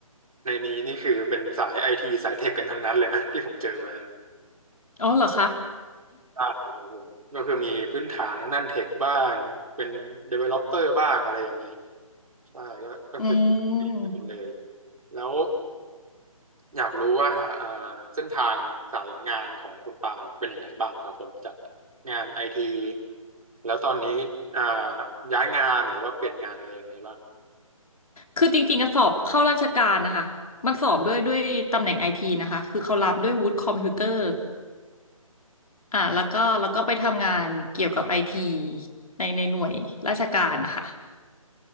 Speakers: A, on the right; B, on the left.
A: ในนี้นี่คือเป็นสายไอทีสายเทคกันทั้งนั้นเลยนะที่ผมเจอมา
B: อ๋อเหรอคะ
A: ใช่ครับผมก็คือมีพื้นฐานทางด้านเทคบ้างเป็น developer บ้างอะไรอย่างนี้ ใช่ก็ก็คือเองกันหมดเลย
B: <laughs> อืม
A: แล้วอยากรู้ว่าอ่าเส้นทางสายงานของคุณปานเป็นยังไงบ้างครับผมจากงานไอทีแล้วตอนนี้อ่าย้ายงานหรือว่าเปลี่ยนงานอะไรยังไงบ้าง
B: คือจริงๆอะสอบเข้าราชการนะคะ มันสอบด้วยด้วยตำแหน่งไอทีนะคะ คือเขารับด้วยวุฒิคอมพิวเตอร์อ่าแล้วก็แล้วก็ไปทำงานเกี่ยวกับไอทีในในหน่วยราชการนะคะ